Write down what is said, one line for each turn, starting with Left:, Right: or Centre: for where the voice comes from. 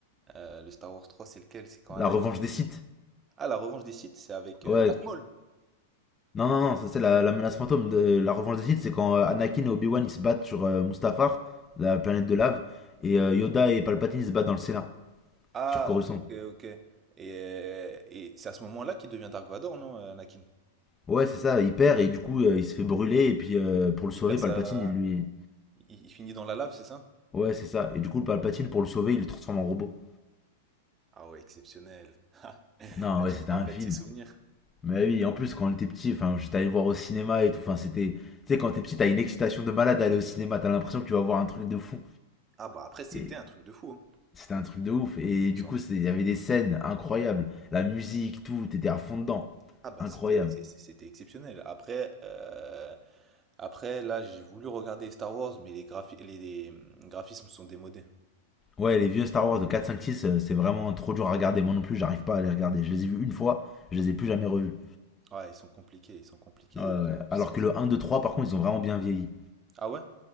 Right: Euh, le Star Wars 3, c'est lequel? C'est quand
Left: La
Right: Anakin.
Left: Revanche
Right: il-
Left: des Sith.
Right: Ah, la revanche des Sith, c'est avec
Left: Ouais,
Right: euh, Darth Maul.
Left: non, non, non, ça, c'est la, la menace fantôme. De, la Revanche des Sith, c'est quand euh, Anakin et Obi-Wan ils se battent sur euh, Mustafar, la planète de lave, et euh, Yoda et Palpatine ils se battent dans le Sénat,
Right: Ah,
Left: sur Coruscant.
Right: ok, ok. Et, euh, et c'est à ce moment-là qu'il devient Dark Vador, non, euh, Anakin?
Left: Ouais, c'est ça, il perd et du coup euh, il se fait brûler et puis euh, pour le
Right: Il
Left: sauver,
Right: perd
Left: Palpatine
Right: sa.
Left: il lui,
Right: Il, il finit dans la lave, c'est ça?
Left: Ouais, c'est ça. Et du coup, Palpatine, pour le sauver, il le transforme en robot.
Right: Ah ouais, exceptionnel. <laughs> Là,
Left: Non, ouais,
Right: tu
Left: c'était
Right: me rappelles
Left: un film.
Right: tes souvenirs.
Left: Mais oui, en plus, quand on était petit, enfin, j'étais allé le voir au cinéma et tout. Enfin, c'était. Tu sais, quand t'es petit, t'as une excitation de malade à aller au cinéma. T'as l'impression que tu vas voir un truc de fou.
Right: Ah bah après c'était
Left: Et
Right: un truc de fou. hein.
Left: c'était un truc de ouf. Et du
Right: Ça,
Left: coup,
Right: on-
Left: c'est- il y avait des scènes incroyables. La musique, tout. T'étais à fond dedans.
Right: Ah bah
Left: Incroyable.
Right: c'était c'est- c'est- c'était exceptionnel. Après euh, après là j'ai voulu regarder Star Wars mais les graphi- les, les, hum, graphismes sont démodés.
Left: Ouais, les vieux Star Wars de quatre cinq six euh, c'est vraiment trop dur à regarder. Moi non plus, j'arrive pas à les regarder. Je les ai vus une fois, je les ai plus jamais revus.
Right: Ouais ils sont compliqués ils sont compliqués
Left: Ouais, ouais.
Right: les graphismes.
Left: Alors que le un 2 3 par contre, ils ont vraiment bien vieilli.
Right: Ah ouais?